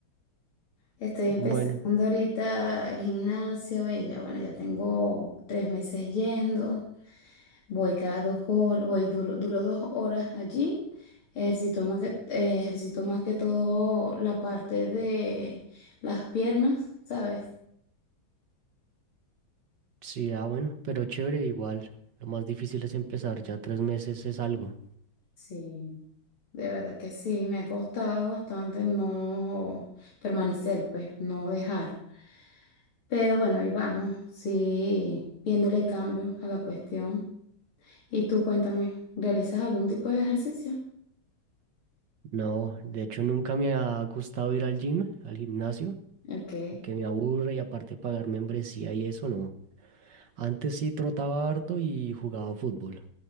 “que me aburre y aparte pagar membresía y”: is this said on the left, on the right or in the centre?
Right